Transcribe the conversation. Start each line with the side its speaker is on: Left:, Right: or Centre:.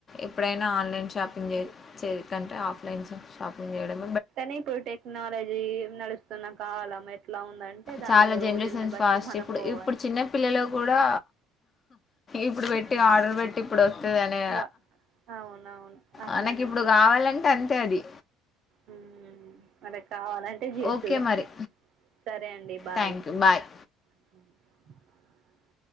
Left: ఎప్పుడైనా ఆన్లైన్ షాపింగ్ చే చేయకంటే ఆఫ్లైన్ షాపింగ్ చేయడం
Right: కానీ ఇప్పుడు టెక్నాలజీ నడుస్తున్నా కాలం ఎట్లా ఉందంటే దానికి
Left: చాలా జనరేషన్స్
Right: రోజుల్ని బట్టి
Left: ఫాస్ట్
Right: మనం
Left: ఇప్పుడు
Right: పోవాలి
Left: ఇప్పుడు చిన్నపిల్లలు కూడా ఇప్పుడు పెట్టి ఆర్డర్ పెట్టి ఇప్పుడు వస్తది అనే
Right: వ అవునవును అట్లానే
Left: మనకి ఇప్పుడు కావాలంటే అంతే అది
Right: మ్మ్ వాళ్ళకి కావాలంటే చేసుడే
Left: ఓకే మరి
Right: సరే అండి bye
Left: thank you bye
Right: a